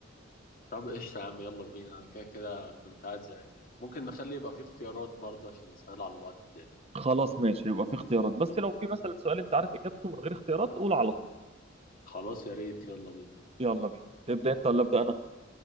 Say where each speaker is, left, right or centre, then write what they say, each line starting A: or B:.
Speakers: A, on the left; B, on the right.
A: طب قشطة يا عم يلا بينا أنا كده كده كنت قاعد زهقان يعني ممكن نخلي يبقى فيه اختيارات برضه عشان نسهل على بعض الدنيا
B: خلاص ماشي يبقى في اختيارات بس لو في مثلا سؤال انت عارف اجابته من غير اختيارات قول على طول
A: خلاص يا ريت يلا بينا
B: يلا بينا تبدا انت ولا ابدا انا